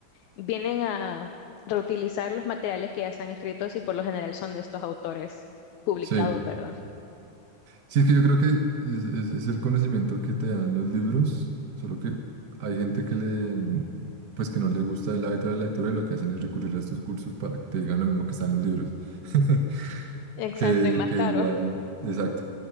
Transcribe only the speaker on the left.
vienen a reutilizar los materiales que ya están escritos y por lo general son de estos autores publicados,
¿verdad?
Exacto,
y más
caro.